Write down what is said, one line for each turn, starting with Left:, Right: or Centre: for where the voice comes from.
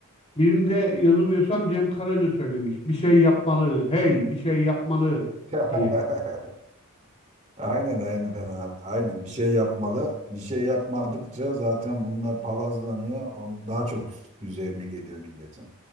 Left: Birinde yanılmıyorsam Cem Karaca söylemiş. Bir şey yapmalı, hey bir şey yapmalı
Right: <laughs>
Left: diye.
Right: Aynen aynen abi. Aynen bir şey yapmalı. Bir şey yapmadıkça zaten bunlar palazlanıyor. On- Daha çok üst- üzerine geliyor milletin.